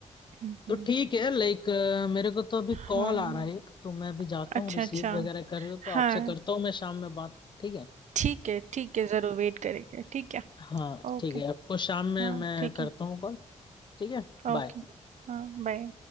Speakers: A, on the right; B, on the left.
A: हुँ,
B: तो
A: हुँ।
B: ठीक है लाइक मेरे को तो अभी
A: हाँ।
B: कॉल आ रहा है एक तो मैं अभी जाता
A: अच्छा,
B: हूँ रिसीव
A: अच्छा।
B: वगैरह कर लो तो आपसे
A: हाँ,
B: करता हूँ मैं शाम में बात ठीक है
A: ठीक है, ठीक है, ज़रूर वेट करेंगे। ठीक है,
B: हाँ
A: ओके।
B: ठीक है आपको शाम में
A: हाँ,
B: मैं
A: ठीक
B: करता
A: है,
B: हूँ कॉल ठीक है
A: ओके।
B: बाय
A: हाँ, बाय।